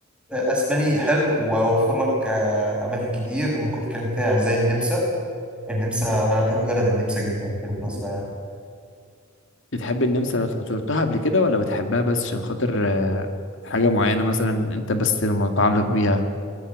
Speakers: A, in the centre; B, on the left (about 60°).
A: أسباني حلو ويوفر لك آه، أماكن كتير ممكن تتكلم فيها يعني زي النمسا النمسا أنا بحب بلد النمسا جدا بالمناسبة يعني
B: بتحب النمسا لو زرتها قبل كده ولا بتحبها بس عشان خاطر آه، حاجه معينه مثلا انت بس المتعلق بيها